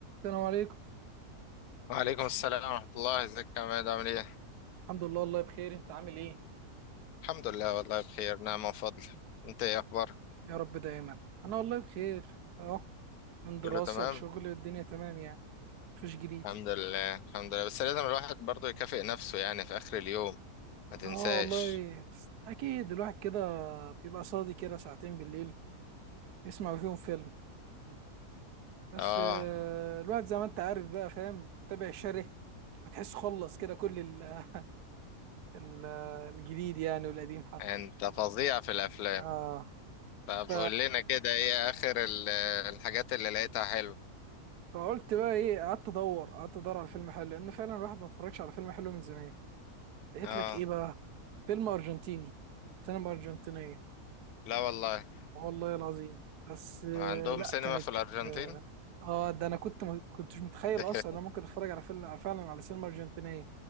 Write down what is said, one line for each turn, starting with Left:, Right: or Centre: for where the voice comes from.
Right: السلام عليكم
Left: وعليكم السلام ورحمة الله ازيك يا عماد عامل ايه؟
Right: الحمد لله والله بخير انت عامل ايه
Left: الحمد لله والله بخير نعم وفضل انت ايه اخبارك؟
Right: يا رب دايما انا والله بخير اه من دراسة
Left: كله تمام؟
Right: لشغل والدنيا تمام يعني مفيش جديد
Left: الحمد لله الحمد لله بس لازم الواحد برضه يكافئ نفسه يعني في اخر اليوم ما تنساش
Right: اه والله اكيد الواحد كده بيبقى صادي كده ساعتين بالليل يسمع فيهم فيلم بس
Left: اه
Right: آه، الواحد زي ما انت عارف بقى فاهم متابع الشره فتحس خلص كده كل ال- ال- الجديد يعني والقديم حتى
Left: انت فظيع في الافلام
Right: اه
Left: طب
Right: ف
Left: قول لنا كده ايه اخر ال- الحاجات اللي لقيتها حلوة
Right: فقلت بقى ايه قعدت ادور قعدت ادور على فيلم حلو لان فعلا الواحد ما اتفرجش على فيلم حلو من زمان لقيت
Left: اه
Right: لك ايه بقى فيلم ارجنتيني سينما ارجنتينيه
Left: لا والله
Right: والله العظيم بس آه،
Left: عندهم
Right: لا
Left: سينما
Right: كانت
Left: في الارجنتين
Right: اه آه، ده انا كنت ما كنتش متخيل
Left: <laughs>
Right: اصلا إن انا ممكن اتفرج على فيلم فعلا على سينما ارجنتينيه